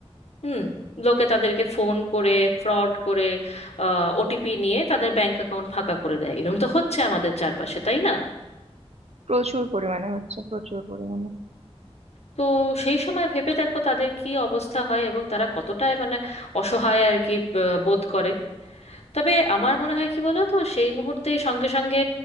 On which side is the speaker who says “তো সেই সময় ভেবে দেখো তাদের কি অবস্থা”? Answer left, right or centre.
Left